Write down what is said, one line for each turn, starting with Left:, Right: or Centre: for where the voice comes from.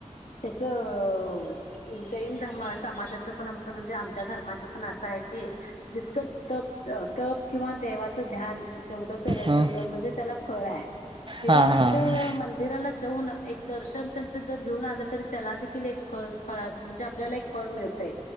Left: हच उ जैन धर्म समाजाच पण आमचं म्हणजे आमच्या धर्माचं. असं आहे की जितकं तप तप किंवा देवाचं ध्यान जेवढं. ल
Right: हं.
Left: तेवढ म्हणजे त्याला फ आहे नि
Right: हां
Left: आ
Right: हां हां
Left: मंदिराला जाऊन एक दर्शन त्यांच जर घेऊन आलं तरी त्याला देखील एक फळ फळात म्हणजे आपल्याला एक. फर मिळतय.